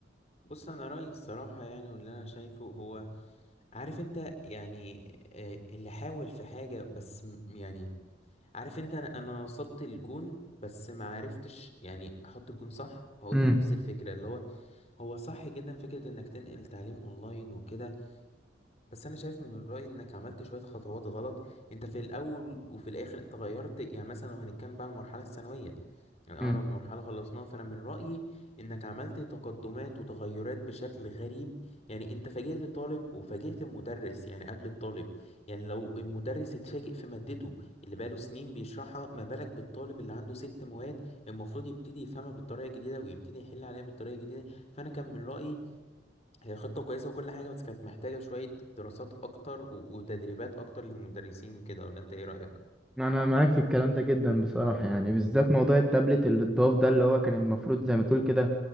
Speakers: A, on the left (about 35°); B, in the centre.
A: بص انا رايي الصراحه يعني واللي انا شايفه هو عارف انت يعني آه، اللي حاول في حاجه بس م- يعني عارف انت انا انا وصلت الجون بس ما عرفتش يعني احط الجون صح هو
B: امم
A: دي نفس الفكره اللي هو هو صح جدا فكره انك تنقل تعليم اونلاين وكده بس انا شايف من الراي انك عملت شويه خطوات غلط انت في الاول وفي الاخر انت غيرت يعني مثلا لو هنتكلم بقى على المرحله الثانويه يعني أقرب
B: امم
A: مرحلة خلصناها فأنا من رأيي إنك عملت تقدمات وتغيرات بشكل غريب يعني أنت فاجئت الطالب وفاجئت المدرس يعني قبل الطالب يعني لو المدرس اتفاجئ في مادته اللي بقاله سنين بيشرحها ما بالك بالطالب اللي عنده ست مواد المفروض يبتدي يفهمها بالطريقة الجديدة ويبتدي يحل عليها بالطريقة الجديدة فأنا كان من رأيي هي خطة كويسة وكل حاجة بس كانت محتاجة شوية دراسات أكتر و- وتدريبات أكتر للمدرسين كده ولا أنت إيه رأيك؟
B: انا معاك في الكلام ده جدا بصراحه يعني بالذات موضوع التابلت اللي اتضاف ده اللي هو كان المفروض زي ما تقول كده